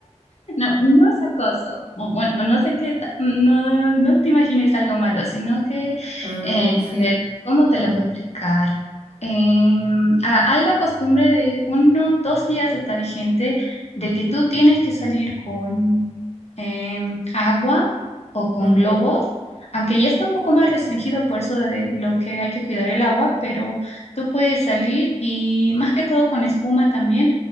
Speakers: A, on the left; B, on the right.
A: No, no es acoso. o Bueno, no sé qué, ta- no, no te imagines algo malo, sino que,
B: ah,
A: eh,
B: ok,
A: a ver, ¿cómo te lo puedo explicar? Eh, ah, hay la costumbre de unos dos días está vigente de que tú tienes que salir con eh, agua o con
B: <laughs> ajá,
A: globos, aunque ya está un poco más restringido por eso de lo que hay que cuidar el agua, pero tú puedes salir y más que todo con espuma también.